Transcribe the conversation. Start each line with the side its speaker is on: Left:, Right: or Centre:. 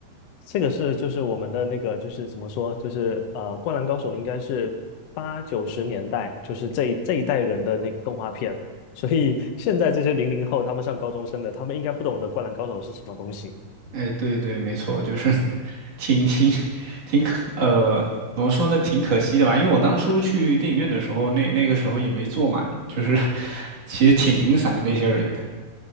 Left: 这个是就是我们的那个就是怎么说，就是呃，《灌篮高手》应该是八九十年代，就是这一这一代人的那个动画片，所以现在这些零零后他们上高中生的，他们应该不懂得《灌篮高手》是什么东西。
Right: 哎，对对，没错，就是 <laughs> 挺挺挺可呃，怎么说呢，挺可惜的吧。因为我当初去电影院的时候，那那个时候也没坐满，就是其实挺零散的那些人，